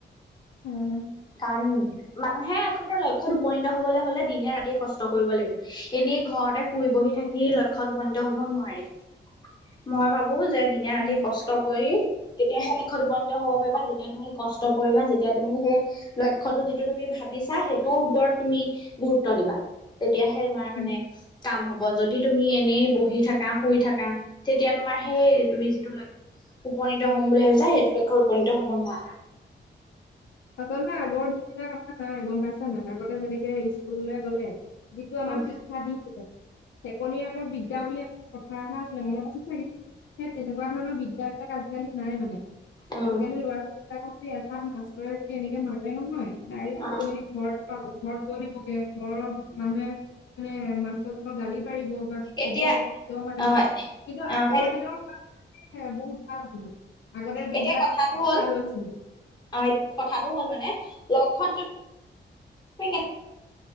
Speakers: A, on the left; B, on the left.
A: উম
B: কাৰণ মানুহে আচলতে লক্ষ্যত উপনীত হবলৈ হলে দিনে ৰাতিয়ে কষ্ট কৰিব লাগিব এনেই ঘৰতে শুই বহি
A: উম
B: থাকি লক্ষ্যত উপনীত হব নোৱাৰি মই ভাবো যে দিনে-ৰাতিয়ে
A: উম
B: কষ্ট কৰি তেতিয়াহে লক্ষ্যত উপনীত হ'ব পাৰিবা। ‌ যেতিয়া তুমি কষ্ট কৰিবা যেতিয়া তুমি সেই লক্ষ্যটো যিটো তুমি ভাবিছা সেইটোৰ ওপৰত তুমি গুৰুত্ব দিবা, তেতিয়াহে তোমাৰ মানে
A: উম
B: কাম হ'ব যদি তুমি এনেই বহি থাকা, শুই থাকা তেতিয়া তোমাৰ সেই তুমি যিটো লক্ষ্ উপনীত হ'ম বুলি ভাবিছা, সেইটো লক্ষ্যত উপনীত হ'ব নোৱাৰা।
A: আচলতে আগৰ দিন বিলাক আমাৰ নাই গম পাইছা নাই আগতে যেনেকে স্কুললৈ গলে যিটো আমাক
B: উম
A: শিক্ষা দিছিলে চেকনিৰ আগত বিদ্যা বুলি কথা এষাৰ আছিলে মন আছে চাগে? সেই তেনেকুৱা ধৰণৰ বিদ্যা বিলাক আজিকালি নাই মানে
B: উম
A: আজিকালি ল'ৰা-ছোৱালী বিলাকৰ খে আছে। তাত মাষ্টৰে যদি এনেকে মাৰে নহয় ডাইৰেক্ট
B: অ
A: গৈ মেলি ঘৰত পাবহি। ঘৰত কৈ দিবগে ঘৰৰ মানুহে মানে মাষ্টৰক গালি পাৰিব বা
B: এতিয়া
A: কব কিয় মাৰিলা?
B: অ
A: কিন্তু
B: অ
A: আগৰ
B: সেইটো
A: দিনৰ সেয়ে বহুত ভাল আছিলে আগতে যিবিলাক
B: এতিয়া কথাটো
A: আছিলে
B: হ'ল
A: ভাল হৈছিলে।
B: অ এতিয়া কথাটো হ'ল মানে লক্ষ্যত <inaudible>